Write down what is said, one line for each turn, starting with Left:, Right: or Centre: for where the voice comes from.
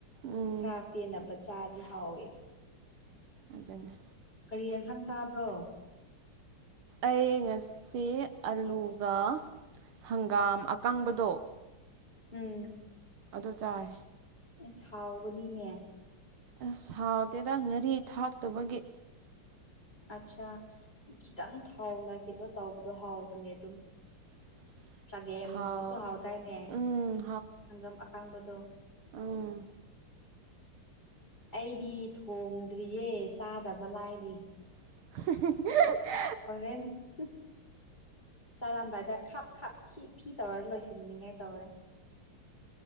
Right: ꯎꯝ
Left: ꯈꯔ ꯄꯦꯟꯅꯕ ꯆꯥꯗꯤ ꯍꯥꯎꯋꯦ
Right: ꯑꯗꯨꯖ
Left: ꯀꯔꯤ ꯌꯦꯟꯁꯥꯡ ꯆꯥꯕ꯭ꯔꯣ
Right: ꯑꯩ ꯉꯁꯤ ꯑꯂꯨꯒ ꯍꯪꯒꯥꯝ ꯑꯀꯪꯕꯗꯣ
Left: ꯎꯝ
Right: ꯑꯗꯨ ꯆꯥꯏ
Left: ꯑ ꯁꯥꯎꯒꯅꯤꯅꯦ
Right: ꯑꯁ ꯁꯥꯎꯗꯦꯗ ꯉꯥꯔꯤ ꯊꯥꯛꯇꯕꯒꯤ
Left: ꯑꯠꯆꯥꯥ ꯈꯤꯇꯪ ꯊꯥꯎꯅ ꯀꯩꯅꯣ ꯇꯧꯕꯗꯣ ꯍꯥꯎꯕꯅꯦ ꯑꯗꯨꯝ
Right: <inaudible>
Left: ꯆꯒꯦꯝꯒꯨꯝꯕꯁꯨ
Right: ꯊꯥꯎ
Left: ꯍꯥꯎꯗꯥꯏꯅꯦ
Right: ꯎꯝ
Left: ꯍꯪꯒꯝ ꯑꯀꯥꯡꯕꯗꯣ
Right: ꯑꯣꯝ
Left: ꯑꯩꯗꯤ ꯊꯣꯡꯗ꯭ꯔꯤꯌꯦ ꯆꯥꯗꯕ ꯂꯥꯏꯔꯤ
Right: <inaudible>
Left: ꯍꯣꯔꯦꯟ ꯆꯔꯝꯗꯥꯏꯗ ꯈꯥꯞ ꯈꯥꯞ ꯈꯤ ꯐꯤ ꯇꯧꯔ ꯂꯣꯏꯁꯤꯟꯅꯤꯡꯉꯥꯏ ꯇꯧꯔꯦ